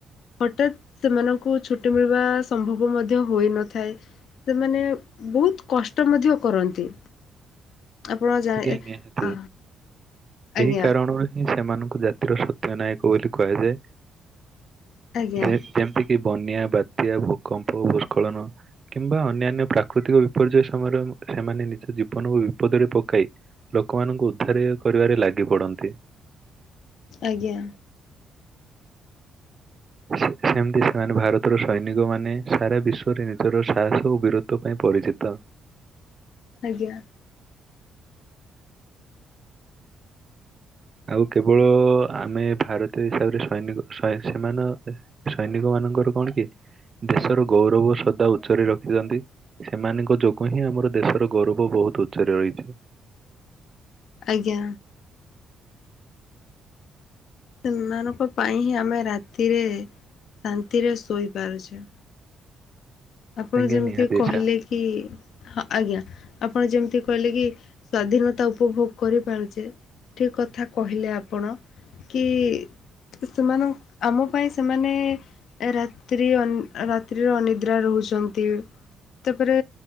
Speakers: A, on the left; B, on the right.
A: ହଠାତ୍ ସେମାନଙ୍କୁ ଛୁଟି ମିଳିବା ସମ୍ଭବ ମଧ୍ୟ ହୋଇନଥାଏ। ସେମାନେ ବହୁତ କଷ୍ଟ ମଧ୍ୟ କରନ୍ତି। ଆପଣ ଜା
B: ଆଜ୍ଞା ଆଜ୍ଞା ଦି
A: ଆ ଆଜ୍ଞା
B: ଏଇ କାରଣରୁ ସେମାନଙ୍କୁ ଜାତିର ସତ୍ୟ ନାୟକ ବୋଲି କୁହାଯାଏ।
A: ଆଜ୍ଞା
B: ଯେ-ଯେମିତ କି ବନ୍ୟା, ବାତ୍ୟା, ଭୂକମ୍ପ, ଭୂସ୍କଳନ କିମ୍ବା ଅନ୍ୟାନ୍ୟ ପ୍ରାକୃତିକ ବିପର୍ଯ୍ୟୟ ସମୟରେ ସେମାନେ ନିଜ ଜୀବନକୁ ବିପଦରେ ପ କାଇ ଲୋକମାନଙ୍କୁ ଉଦ୍ଧାରେ କରିବାରେ ଲାଗି ପଡନ୍ତି।
A: ଆଜ୍ଞା।
B: <inaudible> ସେମିତି ସେମାନେ ଭାରତର ସୈନିକମାନେ ସାରା ବିଶ୍ୱରେ ନିଜର ସାହସ ଓ ବୀରତ୍ୱ ପାଇଁ ପରିଚିତ।
A: ଆଜ୍ଞା।
B: ଆଉ କେବଳ ଆମେ ଭାରତୀୟ ହିସାବରେ ସୈନିକ ସ ସେମାନ ସୈନିକ ମାନଙ୍କର କଣ କି ଦେଶର ଗୌରବ ସଦା ଉଚ୍ଚ ରେ ରଖିଥାନ୍ତି। ସେମାନଙ୍କ ଯୋଗୁ ହିଁ ଆମର ଦେଶର ଗୌରବ ବହୁତ ଉଚ୍ଚରେ ରହିଛି।
A: ଆଜ୍ଞା। ସେମାନଙ୍କ ପାଇଁ ହିଁ ଆମେ ରାତିରେ ଶାନ୍ତିରେ ଶୋଇପାରୁଛେ। ଆପଣ
B: ଆଜ୍ଞା
A: ଯେମିତି
B: ନିହାତି
A: କହିଲେ
B: ଆଚ୍ଛା।
A: କି ହଁ ଆଜ୍ଞା ଆପଣ ଯେମିତି କହିଲେ କି ସ୍ଵାଧୀନତା ଉପଭୋଗ କରିପାରୁଛେ ଠିକ କଥା କହିଲେ ଆପଣ। କି ସେମାନ ଙ୍କ ଆମ ପାଇଁ ସେମାନେ ରାତ୍ରି ଅନ୍ ରାତ୍ରିରେ ଅନିଦ୍ରା ରହୁଛନ୍ତି। ତାପରେ